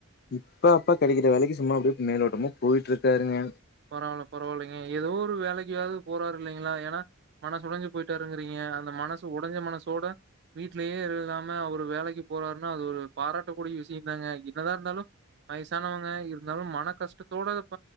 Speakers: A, on the left; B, on the right.
A: இப்ப அப்பா கெடைக்கிற வேலைக்கு சும்மா அப்பிடியே மேலோட்டமா போயிட்டு இருக்காருங்க
B: பரவாயில்ல பரவாயில்லைங்க எதோ ஒரு வேலைக்குயாவது போறாரு இல்லைங்களா ஏனா மனசு ஒடஞ்சி போயிட்டாருங்கிறீங்க அந்த மனசு ஒடஞ்ச மனசோட வீட்லயே இல்லாம அவரு வேலைக்கு போறாருன்னா அது ஒரு பாராட்ட கூடிய விசிந்தாங்க என்னதா இருந்தாலு வயசானவங்க இருந்தாலு மன கஷ்டத்தோடப்ப